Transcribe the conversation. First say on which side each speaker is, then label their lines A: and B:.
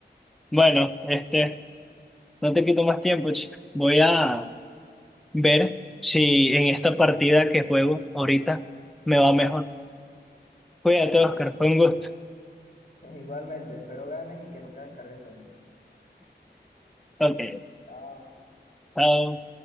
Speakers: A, in the centre; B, on the left.
A: Bueno, este, no te quito más tiempo, chico. Voy a ver si en esta partida que juego ahorita me va mejor. Cuídate,
B: Ok.
A: Oscar, fue un gusto.
B: <laughs> Igualmente, espero ganes y que nunca descargues LOL.
A: Ok,
B: Chao.
A: chao.